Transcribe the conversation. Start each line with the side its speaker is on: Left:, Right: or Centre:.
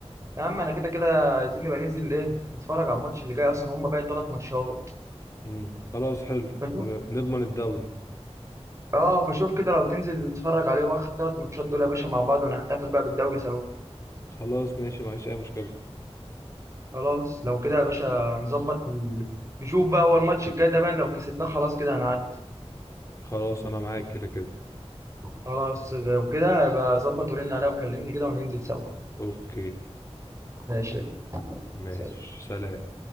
Right: يا عم انا كده كده عايزين نبقى ننزل ايه نتفرج على الماتش اللي جاي اصلا هم باقي ثلاث ماتشات
Left: امم خلاص حلو
Right: فشوف
Left: م- نضمن الدوري
Right: اه فشوف كده لو تنزل نتفرج عليهم اخر ثلاث ماتشات دول يا باشا مع بعض ونحتفل بقى بالدوري سوا
Left: خلاص ماشي معلش اي مشكله
Right: خلاص لو كده يا باشا نظبط ال- نشوف بقى هو الماتش الجاي ده باين لو كسبناه خلاص كده هنعدي
Left: خلاص انا معاك كده كده
Right: خلاص لو كده هبقى ظبط ورن عليا وكلمني كده وننزل سوا
Left: اوكي
Right: ماشي
Left: ماشي
Right: سلام.
Left: سلام